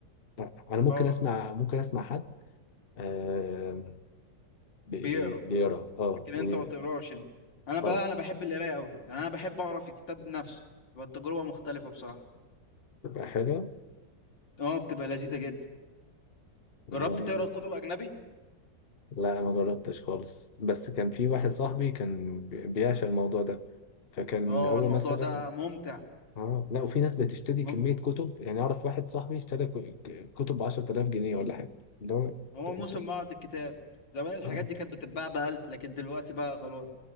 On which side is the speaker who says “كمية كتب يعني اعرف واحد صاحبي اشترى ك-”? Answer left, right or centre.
Left